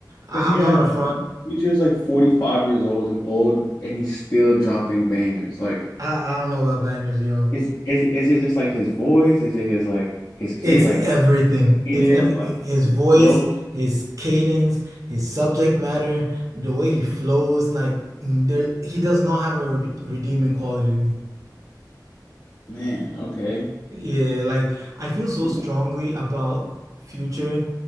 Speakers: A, on the right; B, on the left.
A: I,
B: Because he
A: I'm
B: had
A: not gonna front.
B: future is like 45 years old, old, and he's still dropping bangers. Like,
A: I, I don't know about bangers, yo.
B: is is is it just like his voice? Is it his like his Kate
A: It's
B: like
A: everything.
B: cadence
A: It's everything.
B: or like
A: His
B: his
A: voice,
B: flow?
A: his cadence, his subject matter, the way he flows, like there, he does not have a re redeeming quality to me.
B: Man, okay.
A: Yeah, like I feel
B: <laughs>
A: so strongly about Future.